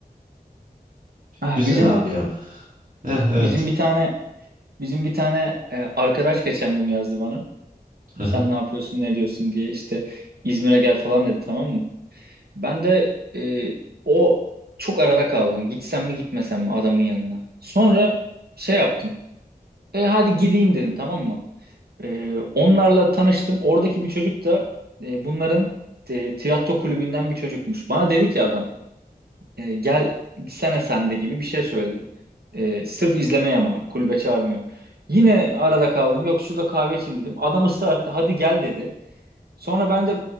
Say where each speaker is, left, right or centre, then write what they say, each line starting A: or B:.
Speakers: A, on the right; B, on the right.
A: Ah,
B: Güzel
A: bizim
B: abi ya. Heh, evet.
A: bizim bir tane bizim bir tane e, arkadaş geçen gün yazdı bana.
B: Hı hı.
A: Sen ne yapıyorsun, ne diyorsun diye işte İzmir'e gel falan dedi tamam mı? Ben de e, o çok arada kaldım. Gitsem mi gitmesem mi adamın yanına. Sonra şey yaptım. E hadi gideyim dedim tamam mı? Ee, onlarla tanıştım. Oradaki bir çocuk da e, bunların e, tiyatro kulübünden bir çocukmuş. Bana dedi ki adam e, gel sene sende gibi bir şey söyledi. E, sırf izlemeye yamağım kulübe çağırmıyor. Yine arada kaldım. Yok şurada kahve içeyim dedim. Adam ısrar etti. Hadi gel dedi. Sonra ben de